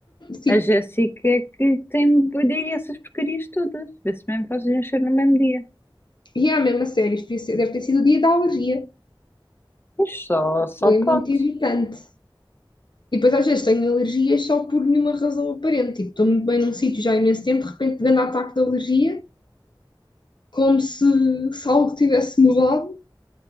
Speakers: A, on the left; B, on the left.
A: Tipo,
B: A Jéssica é que tem daí essas porcarias todas. Vê-se mesmo fazes encher no mesmo dia.
A: e é mesmo a sério, isto devia ser- deve ter sido o dia da alergia.
B: Pois só, só
A: Foi
B: pode.
A: muito irritante. E depois às vezes tenho alergias só por nenhuma razão aparente. Tipo, estou muito bem num sítio já há imenso tempo, de repente grande ataque de alergia, como se, se algo tivesse mudado.